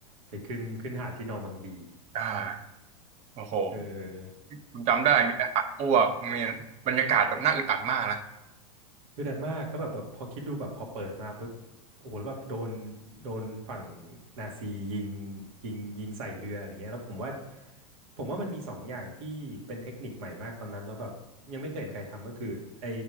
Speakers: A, on the right (about 70°); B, on the right (about 35°).
A: ไปขึ้นขึ้นหาดที่นอร์มังดี
B: อ่าโอ้โห
A: เออ
B: ผมจำได้มีทหารอ้วกมีบรรยากาศแบบน่าอึดอัดมากนะ
A: เดือดมากแล้วแบบแบบพอคิดดูแบบพอเปิดมาปุ๊บโอ้โหแล้วแบบโดนโดนฝั่งนาซียิงยิงยิงใส่เรืออะไรเงี้ยแล้วผมว่า ผมว่ามันมีสองอย่างที่เป็นเทคนิคใหม่มากตอนนั้นแล้วแบบยังไม่เคยเห็นใครทำก็คือไอ